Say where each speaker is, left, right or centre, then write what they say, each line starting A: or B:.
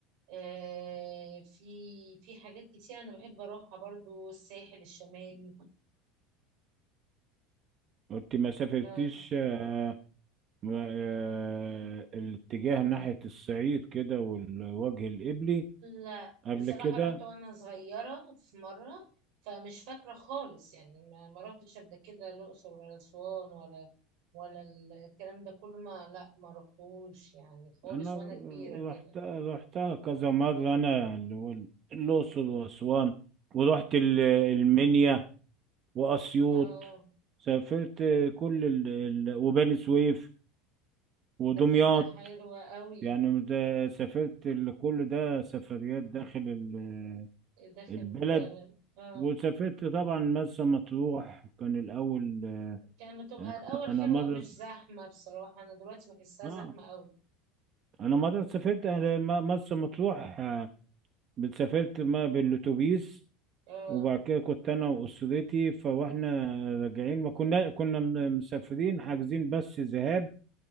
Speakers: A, on the right; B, on the right.
A: آه، في في حاجات كتير انا بحب اروحها برضو الساحل الشمالي
B: انت ما سافرتيش
A: آه،
B: آه، ما- آه، الاتجاه ناحية الصعيد كده والوجه القبلي
A: لا بصراحة
B: قبل كده
A: رحت وانا صغيرة في مرة فمش فاكرة خالص يعني ما ما رحتش قبل كده الأقصر ولا أسوان ولا ولا الكلام ده كله ما لا ما رحتوش يعني خالص
B: انا
A: وانا كبيرة كده
B: رحت رحتها كذا مره انا اللي هو الاقصر واسوان ورحت ال- المنيا واسيوط
A: اه
B: سافرت كل ال... ال... وبني سويف ودمياط
A: ده ده حلوة قوي
B: يعني ده سافرت ال- كل ده سفريات داخل ال-
A: داخل
B: البلد
A: البلد اه
B: وسافرت طبعا مرسى مطروح كان الاول
A: كانت بتبقى
B: انا
A: الأول
B: أنا
A: حلوة
B: مره
A: مش زحمة بصراحة أنا دلوقتي بحسها
B: اه
A: زحمة أوي
B: انا مره سافرت انا م- مرسى مطروح آه، سافرت ما بالاتوبيس
A: اه
B: وبعد كده كنت انا واسرتي فاحنا راجعين ما كنا كنا من- مسافرين حاجزين بس ذهاب